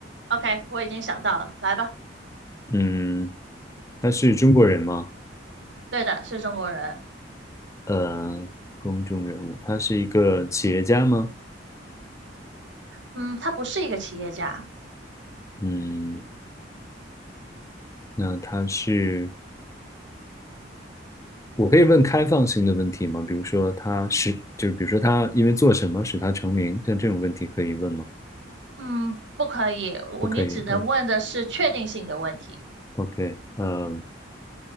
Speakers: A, on the right; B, on the left.
A: ，OK，我已经想到了，来吧。
B: 嗯，他是中国人吗？
A: 对的，是中国人。
B: 呃，公众人物，他是一个企业家吗？
A: 嗯，他不是一个企业家。
B: 嗯，那他是。我可以问开放性的问题吗？比如说他是，就比如说他因为做什么使他成名，像这种问题可以问吗？
A: 嗯，不可以，我你只能问的是确定性的问题，
B: 不可以。OK，OK，嗯，